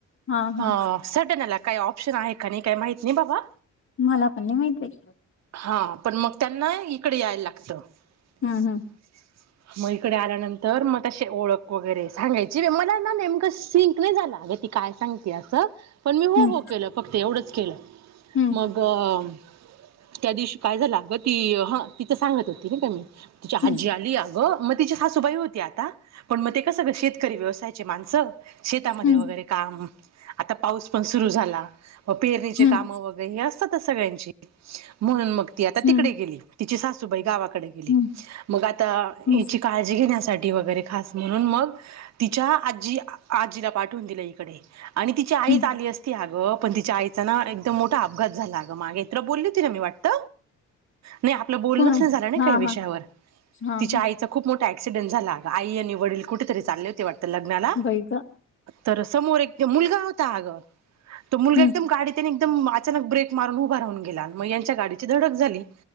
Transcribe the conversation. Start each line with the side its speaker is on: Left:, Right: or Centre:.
Left: हा हा
Right: अ सटना लाग <inaudible> काही ऑप्शन आहे का नाही काही माहित नाही बाबा
Left: <inaudible> मला पण नाही माहित आहे
Right: <inaudible> हा पण मग त्यांना इकडे यायला लागतं
Left: हम्म
Right: <inaudible> मग इकडे आल्यानंतर मग तसे ओळख <inaudible> वगैरे सांगायची मला ना नेमकं सिंक नाही झाला अ ती काय सांग <inaudible> पण मी हो
Left: हम्म
Right: हो केलं फक्त एवढंच केलं
Left: हम्म
Right: मग <inaudible> त्या दिवशी काय झाला ग ती ह तिचं सांगत होती ना त्यां म <inaudible> तिच्या
Left: हम्म
Right: आजी आली अ गं मग तिची सासूबाई होती आता पण मग ते कसं ग श <inaudible> शेतकरी व्यवसायाचे माणस शेतामध्ये
Left: हम्म
Right: वगैरे काम आता पाऊस पण सुरू झाला <inaudible> पेरणीचे
Left: हम्म
Right: काम वगैरे हे असतातच सगळ्यांची म्हणून मग ती आता
Left: हम्म
Right: तिकडे गेली तिची सासू <inaudible> गावाकडे गेली
Left: हम्म
Right: मग आता
Left: हम्म
Right: हची काळजी घेण्यासाठी वगरे खास म्हणून मग तिच्या आजी आजीला पाठवून दिलं इकडे आणि तिची आईच
Left: हम्म
Right: आली असती अगं, पण तिच्या आई.. ना एकदम मोठा अपघात झाला अगं मागे इत्र बोलली होती ना मी वाटत? नाही आपलं बोलणच
Left: कोण
Right: नाही झालं ना
Left: हा
Right: काही विषयावर
Left: हा हा
Right: तिच्या
Left: हा
Right: आईच खूप मोठं.. ‌. क्सिडेंट झाला आई आणि वडील कुठेतरी चालले होते वाटत लग्नाला,
Left: बाई ग
Right: तर समोर एक... मुलगा होता अगं, तो मुलगा
Left: हम्म
Right: एकदम गाडी त्यानी.. अचानक ब्रेक मारून उभ राून गेला मच्या गाडीची धडक झाली.